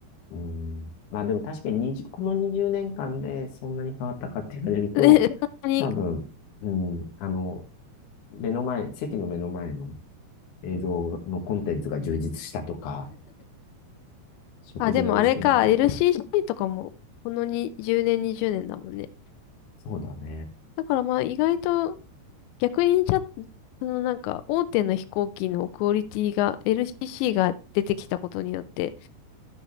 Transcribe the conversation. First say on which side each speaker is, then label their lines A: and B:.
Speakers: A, on the left; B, on the left.
A: うん。まあでも確かに20、この20年間でそんなに変わったかって言われると、
B: <laughs> ね、そんなに
A: 多分、うん、あの、目の前、席の目の前の映像のコンテンツが充実したとか、食事が美味しくなったとかだ、
B: あ、でもあれか、LCC とかも、このに10年、20年だもんね。
A: そうだね。
B: だからまあ意外と、逆にちゃ、そのなんか、大手の飛行機のクオリティが、LCC が出てきたことによって、